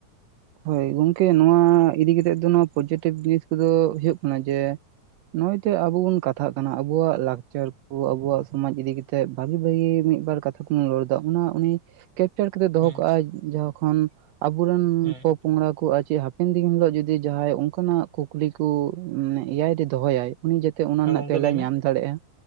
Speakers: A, on the right; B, on the right.
A: ᱦᱳᱭ ᱜᱚᱝᱠᱮ ᱱᱚᱣᱟ ᱤᱫᱤ ᱠᱟᱛᱮᱜ ᱫᱚ ᱱᱚᱣᱟ ᱯᱚᱡᱮᱴᱤᱵᱷ ᱡᱤᱱᱤᱥ ᱠᱚᱫᱚ ᱦᱳᱭᱳᱜ ᱠᱟᱱᱟ ᱡᱮ ᱱᱚᱜ-ᱚᱭ ᱡᱮ ᱟᱵᱩ ᱵᱩᱱ ᱠᱟᱛᱷᱟᱜ ᱠᱟᱱᱟ, ᱟᱵᱩᱣᱟᱜ ᱞᱟᱠᱪᱟᱨ ᱠᱚ ᱟᱵᱩᱣᱟᱜ ᱥᱚᱢᱟᱡᱽ ᱤᱫᱤ ᱠᱟᱛᱮ᱾ ᱵᱷᱟᱜᱤ ᱵᱷᱟᱜᱤ ᱢᱤᱫᱵᱟᱨ ᱠᱟᱛᱷᱟ ᱠᱚᱵᱚᱱ ᱨᱚᱲ ᱮᱫᱟ, ᱚᱱᱟ ᱩᱱᱤ ᱠᱮᱯᱪᱟᱨ ᱠᱟᱛᱮᱜ ᱫᱚᱦᱚ
B: ᱦᱩᱸ
A: ᱠᱟᱜ-ᱟᱭ ᱡᱟᱦᱟ ᱠᱷᱚᱱᱚ ᱟᱵᱚᱨᱮᱱ
B: ᱦᱩᱸ
A: ᱯᱚᱝᱲᱟ ᱠᱚ ᱟᱨ ᱪᱮ ᱦᱟᱯᱮᱱ ᱫᱤᱱ ᱦᱤᱞᱳᱜ ᱡᱩᱫᱤ ᱡᱟᱦᱟᱸᱭ ᱚᱱᱠᱟᱱᱟᱜ ᱠᱩᱠᱞᱤ ᱠᱚ ᱢᱟᱱᱮ ᱮᱭᱟᱭ ᱨᱮ ᱫᱚᱦᱚᱭᱟᱭ᱾ ᱩᱱᱤ ᱡᱟᱛᱮ ᱚᱱᱟ
B: ᱦᱮᱸ
A: ᱨᱮᱱᱟᱜ
B: ᱜᱚᱝᱠᱮ
A: ᱛᱮᱞᱟ
B: ᱞᱟᱹᱭ
A: ᱧᱟᱢ
B: ᱢᱮ
A: ᱫᱟᱲᱮᱜ-ᱟ᱾